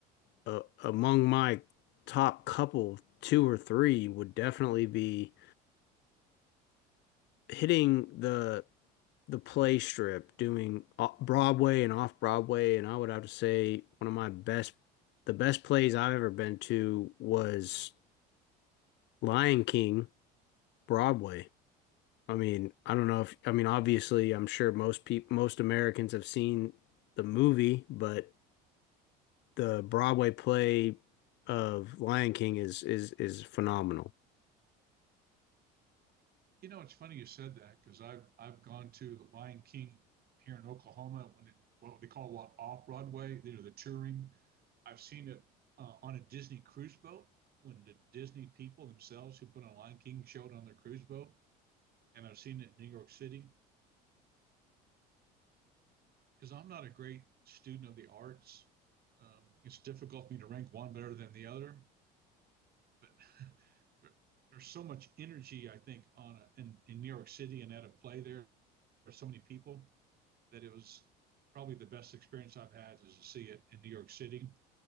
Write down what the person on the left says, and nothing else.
uh, among my top couple, two or three would definitely be hitting the the play strip, doing o- Broadway and off Broadway, and I would have to say one of my best the best plays I've ever been to was Lion King Broadway. I mean, I don't know if I mean obviously I'm sure most people most Americans have seen the movie, but the Broadway play of Lion King is is is phenomenal.